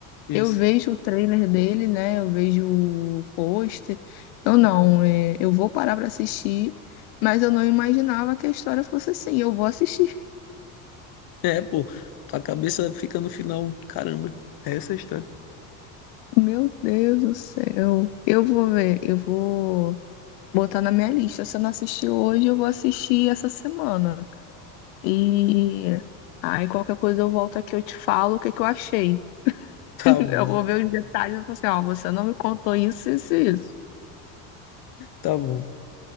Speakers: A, on the left; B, on the left.
A: isso.
B: Eu vejo o trailer dele, né? Eu vejo o pôster. Eu não, é, eu vou parar pra assistir, mas eu não imaginava que a história fosse assim. Eu vou assistir.
A: É, pô, a cabeça fica no final, caramba. É essa a história.
B: <laughs> Meu Deus do céu. Eu vou ver, eu vou. botar na minha lista. Se eu não assistir hoje, eu vou assistir essa semana. E aí qualquer coisa eu volto aqui, eu te falo o que que eu achei. <laughs>
A: Tá bom,
B: Eu vou ver os detalhes e vou falar assim, ó, você não me contou isso, isso, e isso.
A: tá bom,